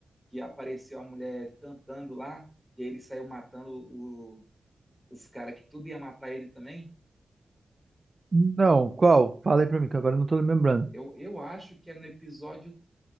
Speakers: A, in the centre; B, on the right.
A: que apareceu a mulher cantando lá, e aí ele saiu matando o- os caras que tudo ia matar ele também?
B: Não, qual? Fala aí pra mim, que agora eu não tô lembrando.
A: Eu, eu acho que é no episódio